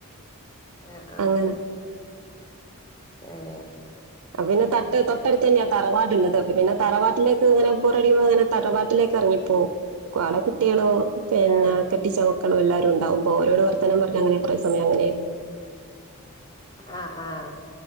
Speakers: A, on the left (about 20°); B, on the right (about 80°).
A: ആഹ് ആഹ്
B: അങ്ങനെ
A: ഏഹ്
B: അപ്പം പിന്നെ തട്ട് തൊട്ടടുത്ത തന്നെയാ തറവാട് ഉള്ളത് പിന്നെ തറവാട്ടിലേക്ക് ഇങ്ങനെ ബോറടിക്കുബം
A: ആഹ്
B: ഇങ്ങനെ തറവാട്ടിലേക്കു ഇറങ്ങി പോവും അവിടെ കുട്ടികളും പിന്നെ
A: ആഹ്
B: കെ കെട്ടിച്ച മക്കളും എല്ലാരും ഉണ്ടാവുമ്പോ ഓരോ വർത്തനം പറഞ്ഞ അങ്ങനെ കുറെ സമയം അങ്ങനെ
A: ആഹ ആഹ്